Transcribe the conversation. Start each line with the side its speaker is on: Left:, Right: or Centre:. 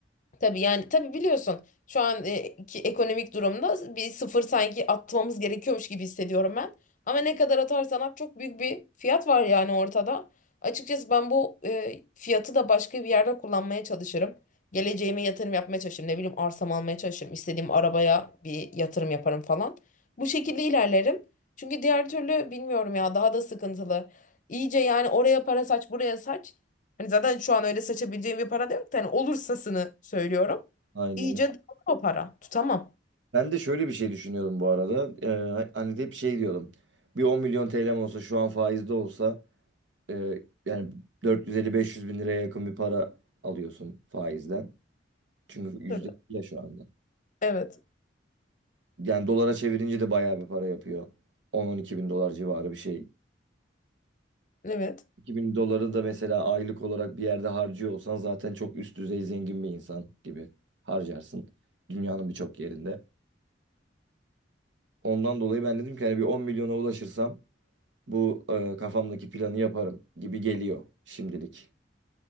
Left: Tabii yani tabii biliyorsun şu an e, ki ekonomik durumda bir sıfır sanki atmamız gerekiyormuş gibi hissediyorum ben. Ama ne kadar atarsan at çok büyük bir fiyat var yani ortada. Açıkçası ben bu e, fiyatı da başka bir yerde kullanmaya çalışırım. Geleceğime yatırım yapmaya çalışırım. Ne bileyim arsam almaya çalışırım. İstediğim arabaya bir yatırım yaparım falan. Bu şekilde ilerlerim. Çünkü diğer türlü bilmiyorum ya daha da sıkıntılı. İyice yani oraya para saç buraya saç. Hani zaten şu an öyle saçabileceğim bir para da yok da hani olursasını söylüyorum.
Right: Aynen.
Left: İyice dağılır o para. Tutamam.
Right: Ben de şöyle bir şey düşünüyordum bu arada. Ee, hani hep şey diyordum. Bir 10 milyon TL'm olsa şu an faizde olsa e, yani 450-500 bin liraya yakın bir para alıyorsun faizden. Çünkü yüzde
Left: Tabii.
Right: ya şu anda.
Left: Evet.
Right: Yani dolara çevirince de bayağı bir para yapıyor. On-on iki bin dolar civarı bir şey.
Left: Evet.
Right: iki bin doları da mesela aylık olarak bir yerde harcıyor olsan zaten çok üst düzey zengin bir insan gibi harcarsın. Dünyanın birçok yerinde. Ondan dolayı ben dedim ki hani bir 10 milyona ulaşırsam bu e, kafamdaki planı yaparım gibi geliyor şimdilik.